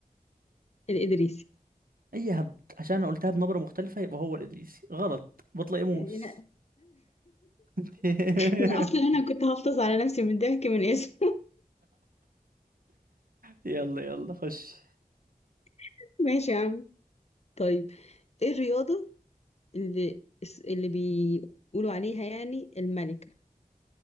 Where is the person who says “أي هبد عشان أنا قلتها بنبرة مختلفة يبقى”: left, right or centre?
Right